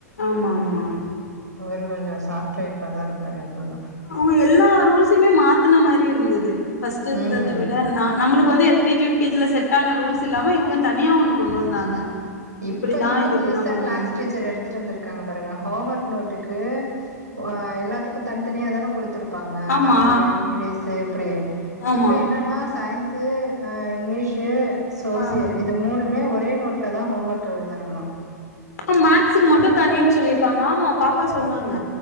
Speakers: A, on the left; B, on the right.
A: ஆமா ஆமா
B: இவரு கொஞ்சோ சாஃப்ட் டைப்பா தா இருப்பாரு எப்போது
A: அவங்க எல்லா ரூல்ஸ்சுமே மாத்தின மாரி இருந்தது பர்ஸ்ட்டு இருந்தத
B: ம்
A: விட நா நம்மளுக்கு வந்து L K G U K G ல செட் ஆன ரூல்ஸ் இல்லாம இவங்க தனியா ஒண்ணு கொண்டு வந்தாங்க
B: இப்ப
A: இப்படிதா
B: என்னமோ
A: இது
B: புதுச
A: இப்படிதா பண்ணணுன்ட்டு
B: கிளாஸ் டீச்சர் எடுத்துட்டுருந்திருக்காங்க பாருங்க ஹோம் ஒர்க் நோட்டுக்கு ஆ எல்லாத்துக்கு தன்த்தனியாதானே
A: ஆமா
B: தமிழ் இங்கிலிஷ்சு இப்படி
A: ஆமா
B: இப்ப என்னன்னா சயின்ஸ் து ஆ இங்கிலீஷு சோசியல்
A: ஆ
B: இது மூனுமே ஒரே நோட்ல தா ஹோம் ஒர்க் எழுதணுமா
A: அ மேக்ஸ்க்கு மட்டு தனின் சொல்லியிருக்காங்க ஆமா பாப்பா சொன்னாங்க